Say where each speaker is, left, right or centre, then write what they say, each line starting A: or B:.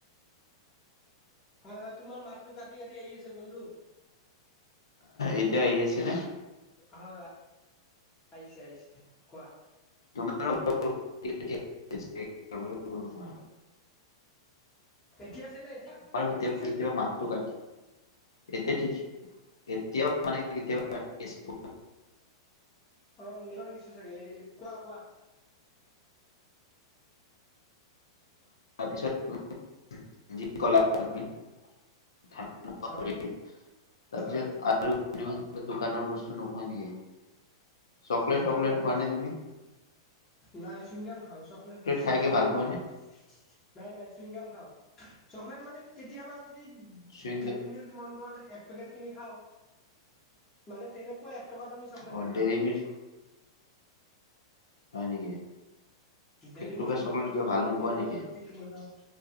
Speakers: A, on the left; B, on the left.
A: হয়-হয় তোমাৰ মাতটো কাটি-কাটি আহি আছে বন্ধু।
B: এতিয়া আহি আছেনে?
A: হয়-হয় আহিছে-আহিছে কোৱা?
B: তোমাৰ <unintelligible>
A: এতিয়া আছে নে এতিয়া?
B: হয় কেতিয়াবা-কেতিয়াবা
A: শুনিছা
B: মাতটো কাটি এতিয়া ঠিকে এতিয়াও মানে কেতিয়াবা <unintelligible>
A: অ' নেটৱৰ্ক ইছো চাগে এই কোৱা-কোৱা
B: তাৰপিছত তুমি যি কলা তুমি <unintelligible>
A: হয়
B: তাৰপিছত
A: হয়
B: আৰু দোকানৰ বস্তু নোখোৱা নেকি চকলেট
A: দোকানৰ
B: টকলেট খোৱা
A: বস্তু
B: নে তুমি?
A: নাই চুইংগাম খাওঁ চকলেট
B: খাইকে
A: চকলেটো
B: ভাল পোৱা
A: নাখাওঁ
B: নে?
A: নাই-নাই চুইংগাম খাওঁ। চকলেট মানে কেতিয়াবা যদি
B: চুইংগাম
A: দেৰি মিল্ক মন গ'ল এক পেকেট কিনি খাওঁ মানে তেনেকুৱা এক টকাত আমি চকলেট
B: অ
A: নাখাওঁ
B: ডেইৰী
A: আৰু
B: মিল্ক হয় নেকি?
A: দেৰি
B: এক টুকুৰা
A: মিলক
B: চকলেট
A: লগৰ
B: কিয়
A: লগত
B: ভাল নোপোৱা
A: কেতিয়াবা
B: নেকি?
A: যদি কিনি খাওঁ।